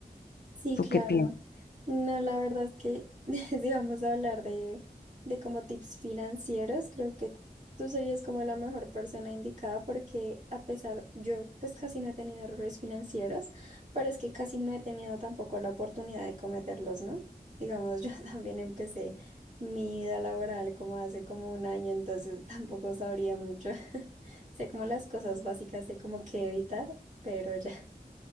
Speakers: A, on the right; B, on the left.
A: Sí,
B: ¿Tú
A: claro.
B: qué piensas?
A: No, la verdad es que <laughs> si vamos a hablar de, de como tips financieros, creo que tú serías como la mejor persona indicada porque a pesar, yo pues casi no he tenido errores financieros, pero es que casi no he tenido tampoco la oportunidad de cometerlos, ¿no? Digamos, <laughs> yo también empecé mi vida laboral como hace como un año, entonces tampoco sabría mucho. <laughs> Sé como las cosas básicas de como qué evitar, pero ya.